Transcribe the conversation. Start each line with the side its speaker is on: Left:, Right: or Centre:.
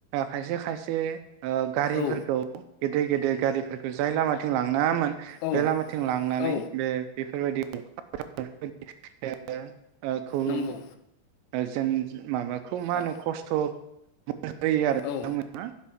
Right: खायसे खायसे ओ गारिफोरखौ
Left: औ
Right: गेदेर गेदेर गारिफोरखौ जाय लामाथिं लांनाङामोन
Left: औ
Right: बे लामाथिं लांनानै
Left: औ
Right: बेफोरबायदि <unintelligible> <unintelligible> ख <unintelligible>
Left: नंगौ
Right: ओ जों माबा खौ मा
Left: औ
Right: होनो खस्थ' होयो आरो
Left: औ
Right: बिथांमोना